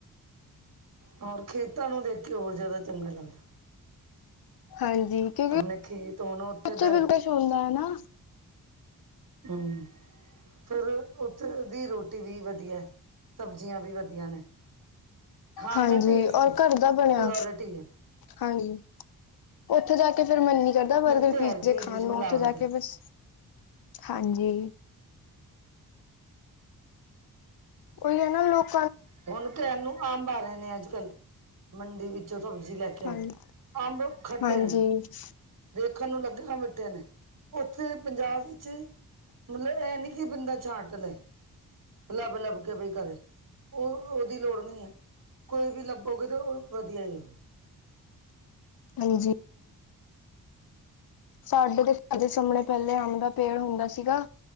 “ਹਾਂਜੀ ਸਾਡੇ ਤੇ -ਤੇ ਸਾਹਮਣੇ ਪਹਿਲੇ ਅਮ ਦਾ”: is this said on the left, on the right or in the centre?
Left